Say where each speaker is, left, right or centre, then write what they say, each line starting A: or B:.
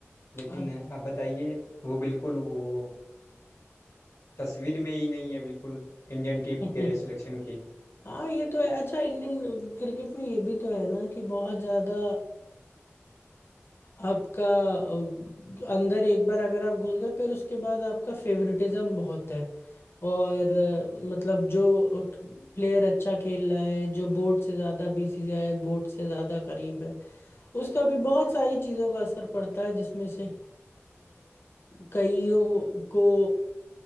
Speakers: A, on the left (about 80°); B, on the left (about 55°).
A: लेकिन
B: अच्छा
A: अब बताइए वो बिल्कुल वो तस्वीर में ही नहीं है बिल्कुल इंडियन टीम
B: <laughs>
A: के सिलेक्शन की
B: हाँ ये तो है अच्छा इंडियन क्रिकेट में ये भी तो है ना कि बहुत ज्यादा आपका अ, अंदर एक बार अगर आप घुस गए फिर उसके बाद आपका फेवरेटिज्म बहुत है और अ, मतलब जो प्लेयर अच्छा खेल रहा है जो बोर्ड से ज़्यादा बीसीसीआई बोर्ड से ज़्यादा करीब है उसका भी बहुत सारी चीज़ों का असर पड़ता है जिसमें से अ, कईयों को